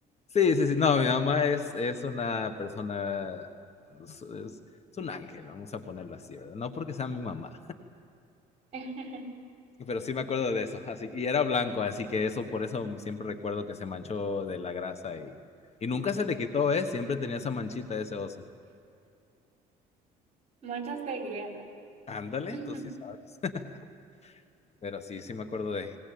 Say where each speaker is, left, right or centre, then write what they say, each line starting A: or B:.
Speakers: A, on the left; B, on the right.
A: Sí, sí, sí, no, mi mamá es, es una persona, es, es es un ángel, vamos a ponerlo así, ¿verdad? No porque sea mi mamá,
B: <laughs>
A: pero sí me acuerdo de eso. Así, y era blanco, así que eso, por eso siempre recuerdo que se manchó de la grasa y, y nunca se le quitó, ¿eh? Siempre tenía esa manchita ese oso.
B: Manchas de guerra.
A: Ándale,
B: <laughs>
A: tú sí sabes. <laughs> Pero sí, sí me acuerdo de